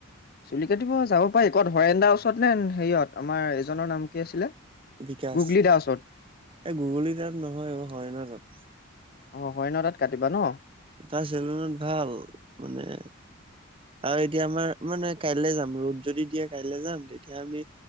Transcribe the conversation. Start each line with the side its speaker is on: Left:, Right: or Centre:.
Left: চুলি কাটিব যাব পাৰি ক'ত হৰেণ্ দাৰ ওচৰত নে হেৰিয়ত আমাৰ এজনৰ নাম কি আছিলে?
Right: বিকাশ
Left: গুগলি দাৰ ওচৰত
Right: এই গুগলী তাত নহয় অ' হৰেনৰ তাত।
Left: অ', হৰেনৰ তাত কাটিবা ন।
Right: তাৰ চেলনত ভাল মানে আৰু এতিয়া আমাৰ মানে কাইলে যাম ৰ'দ যদি দিয়ে কাইলে যাম তেতিয়া আমি